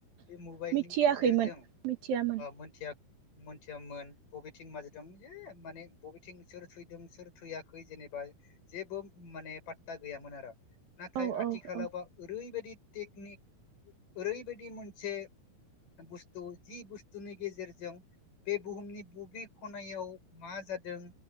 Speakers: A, on the left; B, on the right.
A: बे मबाइलनि
B: मिथियाखैमोन
A: गेजेरजों
B: मिथियामोन
A: ओ मोनथिया। मोनथियामोन बबेथिं माजदों ए माने बबेथिं सोर थैदों सोर थैयाखै जेनेबा। जेबो माने पात्ता गैयामोन आरो। नाथाय
B: औ
A: आथिखालावबा
B: औ औ
A: ओरैबायदि टेकनिक ओरैबायदि मोनसे। बुस्थु जि बुस्थुनि गेजेरजों। बे बुहुमनि बबे खनायाव मा जादों।